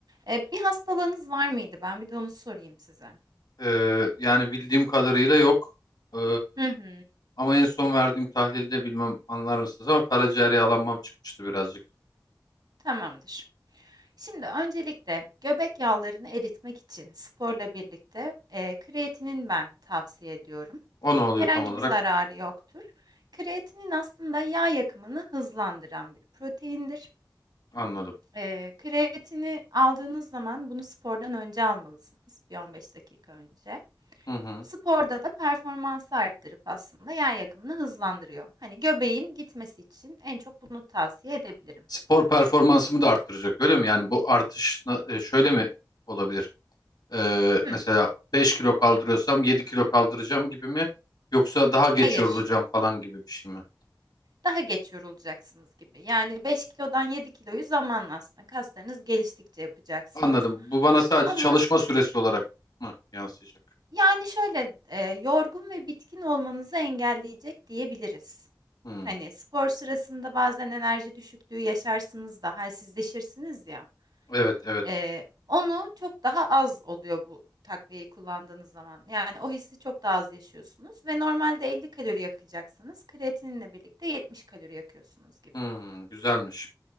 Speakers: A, on the right; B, on the left.
A: Ee, bir hastalığınız var mıydı? Ben bir de onu sorayım size.
B: Ee, yani bildiğim kadarıyla yok. Ee,
A: Hı hı,
B: ama en son verdiğim tahlilde bilmem anlar mısınız ama karaciğer yağlanmam çıkmıştı birazcık.
A: tamamdır. Şimdi öncelikle göbek yağlarını eritmek için sporla birlikte e, kreatinin ben tavsiye ediyorum.
B: O ne oluyor
A: Herhangi
B: tam olarak?
A: bir zararı yoktur. Kreatinin aslında yağ yakımını hızlandıran bir proteindir.
B: Anladım.
A: E, kreatini aldığınız zaman bunu spordan önce almalısınız, bir 15 dakika önce.
B: Hı hı.
A: Sporda da performansı arttırıp aslında yağ yakımını hızlandırıyor. Hani göbeğin gitmesi için en çok bunu tavsiye edebilirim.
B: Spor performansımı da arttıracak öyle mi? Yani bu artış na- e, şöyle mi olabilir? Ee,
A: Hı.
B: mesela 5 kilo kaldırıyorsam 7 kilo kaldıracağım gibi mi? Yoksa daha geç
A: Hayır.
B: yorulacağım falan gibi bir şey mi?
A: daha geç yorulacaksınız gibi. Yani 5 kilodan 7 kiloyu zamanla aslında kaslarınız geliştikçe yapacaksınız.
B: Anladım. Bu bana sadece
A: Ama
B: çalışma süresi olarak mı yansıyacak?
A: yani şöyle e, yorgun ve bitkin olmanızı engelleyecek diyebiliriz.
B: Hmm.
A: Hani spor sırasında bazen enerji düşüklüğü yaşarsınız da halsizleşirsiniz ya.
B: Evet evet.
A: E, onu çok daha az oluyor bu takviyeyi kullandığınız zaman. Yani o hissi çok daha az yaşıyorsunuz ve normalde 50 kalori yakacaksanız kreatininle birlikte 70 kalori yakıyorsunuz gibi.
B: Hmm, güzelmiş.